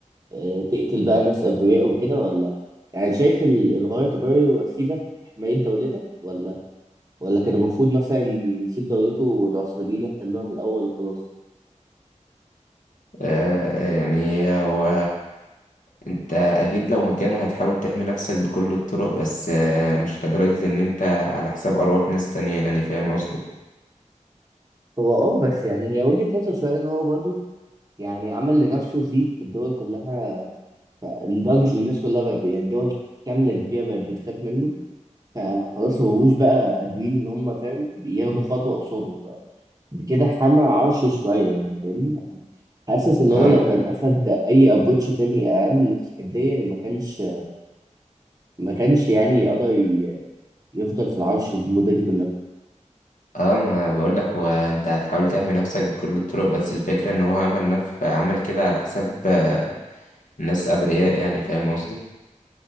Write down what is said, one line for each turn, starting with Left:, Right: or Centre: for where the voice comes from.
Right: آه، تقتل بقى ناس ابرياء وكده ولا يعني شايف ال- الغاية تبرر وسيلة في حماية دولتك ولا ولا كان المفروض مثلا يسيب دولته والعثمانيين يحتلوها من الأول وخلاص
Left: آه يعني هو انت اكيد لو مكانه هتحاول تحمي نفسك بكل الطرق بس آه مش لدرجة ان انت على حساب ارواح ناس تانية يعني فاهم قصدي
Right: هو اه بس يعني هي وجهة نظر شوية ان هو برضه يعني عمل لنفسه صيت في الدول كلها لدرجة ان الناس كلها بقت يعني دول كاملة كبيرة بقت بتخاف منه فخلاص مبقوش بقى قادرين ان هم فاهم ياخدوا خطوة قصاده فبكده حمى عرشه شوية يعني فاهمني يعني حاسس اللي
Left: اه
Right: هو لو كان أخد أي أبروتش تاني أقل في الحدية ما كانش ما كانش يعني يقدر ي- يفضل في العرش المدة دي كلها.
Left: اه ما بقولك هو انت هتحاول تحمي نفسك بكل الطرق بس الفكرة ان هو عمل نف عمل كده على حساب آه ناس ابرياء يعني فاهم قصدي